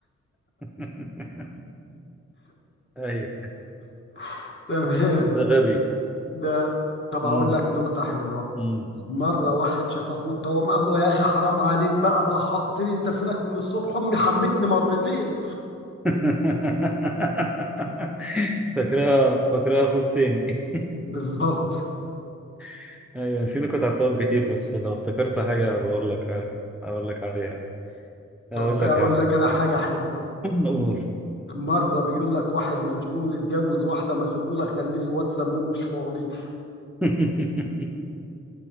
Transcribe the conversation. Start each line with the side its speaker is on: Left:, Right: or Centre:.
Centre: <laughs> ايوه
Left: <laughs> تمام
Centre: ده غبي
Left: ده طب
Centre: مم.
Left: هقول لك نكتة حلوة
Centre: مم.
Left: مرة واحد شاف اخوه اتوم قال له يا اخي حرام عليك بقى طهقتني انت فينك من الصبح امي حمتني مرتين
Centre: <laughs> فاكرها فاكرها خد تاني
Left: <laughs> بالظبط
Centre: <laughs> ايوه في نكت عطاهم كتير بس لو افتكرت حاجة بقول لك اقول لك عليها اقول
Left: طب اقول
Centre: لك يا عم
Left: لك انا حاجة حلوة
Centre: قول
Left: مرة بيقول لك واحد مشغول اتجوز واحدة مشغولة خليه في واد سموه مش فاضي
Centre: <laughs>